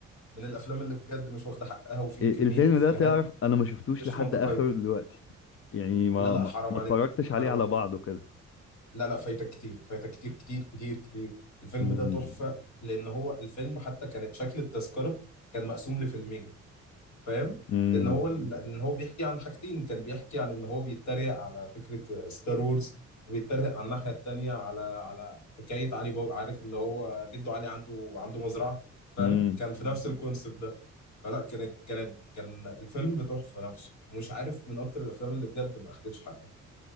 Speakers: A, on the left; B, on the left.
A: من الأفلام اللي بجد مش واخدة حقها وفيها
B: ال-
A: كمية
B: الفيلم
A: إفيهات
B: ده تعرف انا ما شفتوش
A: مش
B: لحد
A: منطقية
B: اخره دلوقتي يعني ما
A: لا لا
B: ما
A: حرام
B: ما
A: عليك
B: اتفرجتش عليه
A: حرام
B: على
A: عليك.
B: بعضه كده
A: لا لا فايتك كتير فايتك كتير كتير كتير كتير الفيلم
B: مم.
A: ده تحفة لأن هو الفيلم حتى كانت شكل التذكرة كان مقسوم لفيلمين فاهم
B: مم.
A: لان هو لان هو بيحكي عن حاجتين كان بيحكي عن ان هو بيتريق على فكره ستار وورز ويتريق على الناحيه التانيه على على حكايه علي بابا عارف اللي هو جده علي عنده عنده مزرعه فاهم
B: مم.
A: كان في نفس مم. الكونسيبت ده فلا كانت كانت كان الفيلم تحفه نفسه ومش عارف من اكتر الافلام اللي بجد ما اخدتش حقها